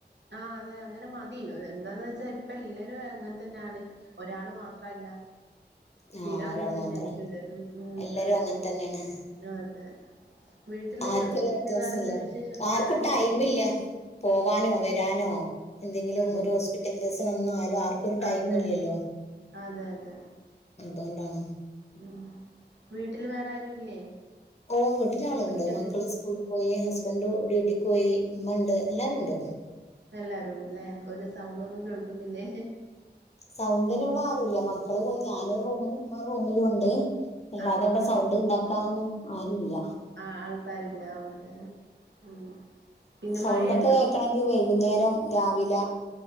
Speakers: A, on the right; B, on the left.
A: ആഹ് അതെ അങ്ങനെ മതിലോ എന്താന്ന് വെച്ചാ ഇപ്പ എല്ലരും അങ്ങനെ തന്നെയാണ് ഒരാള് മാത്രല്ല സ്ഥിരം
B: ആഹ് ഒരാൾ
A: അങ്ങനെ തന്നെ
B: മാത്രം
A: ആയിട്ടുണ്ട് ഉം ഉം
B: എല്ലാരും
A: അതെ
B: അങ്ങനെ
A: അതെ
B: തന്നെയാണ്
A: അതെ വീട്ടില്
B: ആർക്കൊരു
A: പിന്നെ
B: വ്യത്യാസം
A: വേറെന്താ
B: ഇല്ല
A: വിശേഷം
B: ആർക്കും
A: വേറെ ആരുല്ലേ
B: ടൈമ് ഇല്ല പോവാനോ വരാനോ എന്തെങ്കിലും
A: ഉം
B: ഒരു ഹോസ്പിറ്റൽ കേ‌സ് വന്നാലും ആർക്കും ഒരു ടൈം
A: അതെ
B: ഇല്ലല്ലോ
A: അതെ അതെ
B: അതുകൊണ്ടാണോ
A: ഉം വീട്ടില് വേറെ ആരു ഇല്ലേ
B: ഓ വീട്ടില് ആളുണ്ട്
A: ഒറ്റക്കൊരു
B: മക്കള് സ്കൂളിൽ പോയി ഹസ്ബ ന്ഡ് ഡ്യൂട്ടിക്ക് പോയി ഉമ്മ ഉണ്ട് എല്ലാരും ഉണ്ട്
A: എല്ലാരും ഉണ്ട്ല്ലേ ഒരു സൗണ്ട് ഒന്നും കേൾക്കുന്നില്ലേ
B: സൗണ്ടിന് ഇവിടെ ആരുല്ല മക്കള് പോയി ഞാനൊരു റൂമിലും ഉമ്മൊരു റൂമിലുണ്ട് അല്ലാതെ
A: ആഹ്
B: അവിടെ സൗണ്ട് ഉണ്ടാക്കാനൊന്നും ആരുല്ല
A: ആ ആൾക്കാരില്ല ഓക്കെ ഉം പിന്നെ
B: സൗണ്ടൊക്കെ
A: മഴയുണ്ടോ
B: കേക്കണെങ്കി വൈകുന്നേര രം രാവില